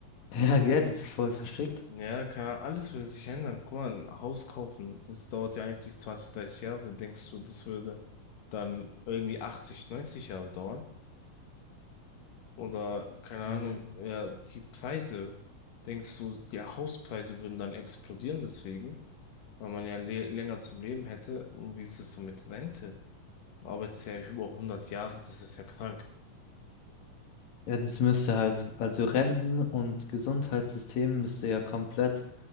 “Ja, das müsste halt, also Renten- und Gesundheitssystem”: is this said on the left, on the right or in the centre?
Left